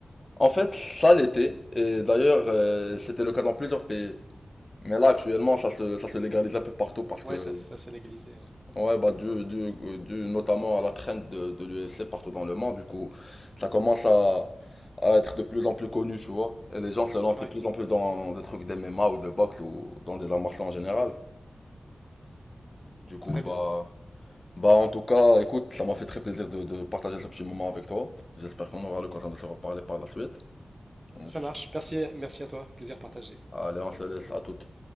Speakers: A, on the left; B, on the right.
A: En fait, ça l'était. Et d'ailleurs, euh, c'était le cas dans plusieurs pays. Mais là,
B: D'accord.
A: actuellement, ça se, ça se légalise un peu partout parce
B: Ouais,
A: que
B: ça, ça s'est légalisé. Ouais.
A: Ouais, bah, dû, dû- dû notamment à la traîne de, de l'UFC partout dans le monde, du coup, ça commence à, à être de plus en plus connu, tu vois. Et les gens se lancent
B: Ouais,
A: de plus en plus dans des trucs d'MMA ou de boxe ou dans des arts martiaux en général. Du coup,
B: très
A: bah,
B: bien.
A: bah, en tout cas, écoute, ça m'a fait très plaisir de, de partager ce petit moment avec toi. J'espère qu'on aura l'occasion de se reparler par la suite. Je-
B: Ça marche. Merci, merci à toi. Plaisir partagé.
A: Allez, on se laisse à toutes.